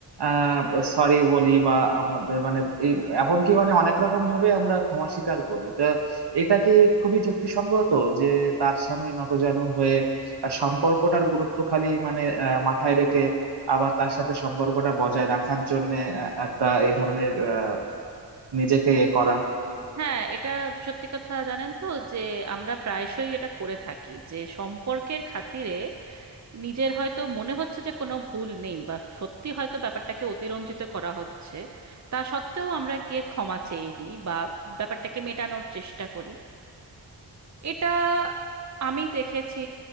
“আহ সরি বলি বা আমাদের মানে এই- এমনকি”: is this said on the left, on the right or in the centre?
Right